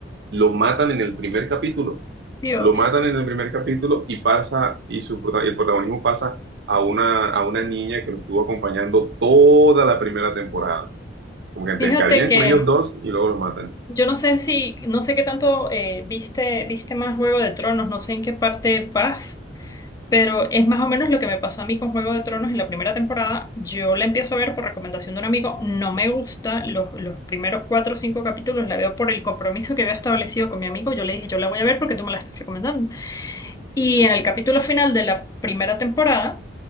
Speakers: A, on the right; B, on the left.
A: lo matan en el primer capítulo.
B: Dios,
A: Lo matan en el primer capítulo y pasa, y su, prota- el protagonismo pasa a una, a una niña que lo estuvo acompañando toda la primera temporada. Como que
B: fíjate
A: te encariñan
B: que...
A: con ellos dos y luego los matan.
B: Yo no sé si, no sé qué tanto eh, viste, viste más Juego de Tronos, no sé en qué parte vas. Pero es más o menos lo que me pasó a mí con Juego de Tronos en la primera temporada. Yo la empiezo a ver por recomendación de un amigo. No me gusta los, los primeros cuatro o cinco capítulos. La veo por el compromiso que había establecido con mi amigo. Yo le dije, yo la voy a ver porque tú me la estás recomendando. Y en el capítulo final de la primera temporada,